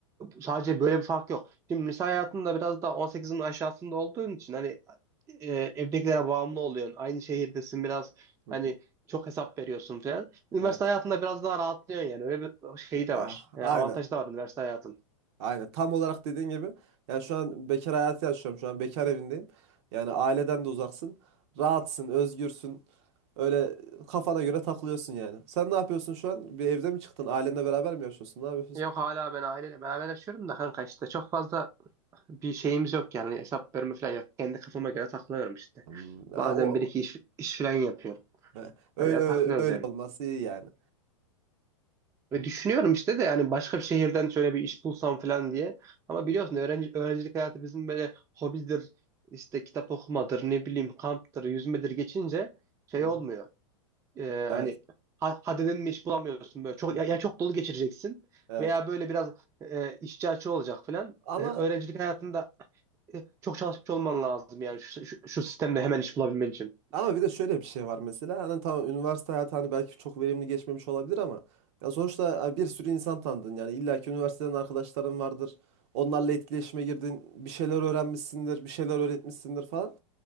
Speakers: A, on the right; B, on the right.
A: sadece böyle bir fark yok. Şimdi lise hayatında biraz da 18'in aşağısında olduğun için hani e, evdekilere bağımlı oluyorsun. Aynı şehirdesin biraz
B: Hı
A: hani
B: hı.
A: çok hesap veriyorsun falan. Üniversite
B: Evet.
A: hayatında biraz daha rahatlıyorsun yani. Öyle bir şey de
B: Ah,
A: var. E,
B: aynen.
A: avantajı da var üniversite hayatın.
B: Aynen. Tam olarak dediğin gibi. Yani şu an bekar hayatı yaşıyorum. Şu an bekar evindeyim. Yani aileden de uzaksın. Rahatsın, özgürsün. Öyle kafana göre takılıyorsun yani. Sen ne yapıyorsun şu an? Bir evde mi çıktın? Ailenle beraber mi yaşıyorsun? Ne yapıyorsun?
A: Yok hala ben aileyle beraber yaşıyorum da kanka işte çok fazla bir şeyimiz yok yani hesap verme falan yok. Kendi kafama göre takılıyorum işte.
B: Hmm, ha,
A: Bazen
B: o
A: bir iki iş, iş falan yapıyorum.
B: he, öyle,
A: Öyle
B: öyle
A: takılıyoruz
B: öyle
A: yani.
B: olması iyi yani.
A: Ve düşünüyorum işte de yani başka bir şehirden şöyle bir iş bulsam falan diye. Ama biliyorsun öğrenci, öğrencilik hayatı bizim böyle hobidir, işte kitap okumadır, ne bileyim kamptır, yüzmedir geçince şey
B: Hı hı.
A: olmuyor. Ee,
B: Evet.
A: hani ha- hadi dedim mi iş bulamıyorsun böyle. Çok,
B: Hmm,
A: ya, ya çok dolu geçireceksin
B: Evet.
A: veya böyle biraz e, işçi açığı olacak falan.
B: Ama
A: E, öğrencilik hayatında e, çok çalışmış olman lazım yani şu, şu, şu sistemde hemen iş bulabilmen için.
B: ama bir de şöyle bir şey var mesela. Hani tamam üniversite hayatı hani belki çok verimli geçmemiş olabilir ama ya sonuçta ha, bir sürü insan tanıdın yani. İlla ki üniversiteden arkadaşların vardır. Onlarla etkileşime girdin. Bir şeyler öğrenmişsindir, bir şeyler öğretmişsindir falan.